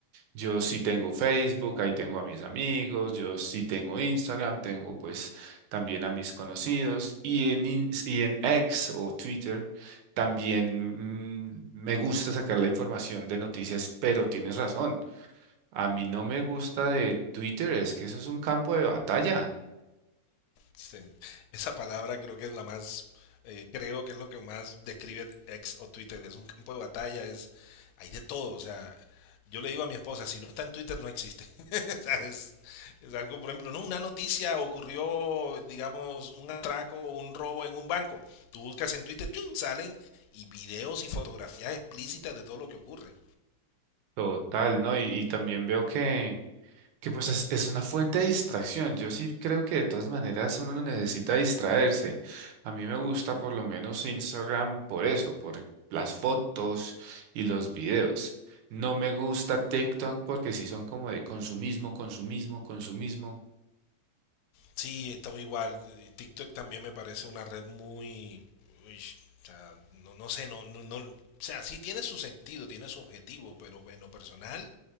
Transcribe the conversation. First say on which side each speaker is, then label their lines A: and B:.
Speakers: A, on the right; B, on the left.
A: Yo sí tengo Facebook, ahí tengo a mis amigos, yo sí tengo Instagram, tengo pues también a mis conocidos y en, Ins- y en X o Twitter también mm, me gusta sacar la información de noticias, pero tienes razón. A mí no me gusta de Twitter, es que eso es un campo de batalla
B: Sí. Esa palabra creo que es la más, eh, creo que es lo que más describe ex o Twitter. Es un campo de batalla, es, hay de todo. O sea, yo le digo a mi esposa, si no está en Twitter no existe. <laughs> O sea, es, es algo, por ejemplo, no, una noticia ocurrió, digamos, un atraco o un robo en un banco. Tú buscas en Twitter, ¡chum! salen y videos y fotografías explícitas de todo lo que ocurre.
A: total, ¿no? Y, y también veo que, que pues es, es una fuente de distracción. Yo sí creo que de todas maneras uno no necesita distraerse. A mí me gusta por lo menos Instagram por eso, por las fotos y los videos. No me gusta TikTok porque sí son como de consumismo, consumismo, consumismo.
B: Sí, estamos igual. TikTok también me parece una red muy, uy, o sea, no, no sé, no, no, no, o sea, sí tiene su sentido, tiene su objetivo, pero en lo personal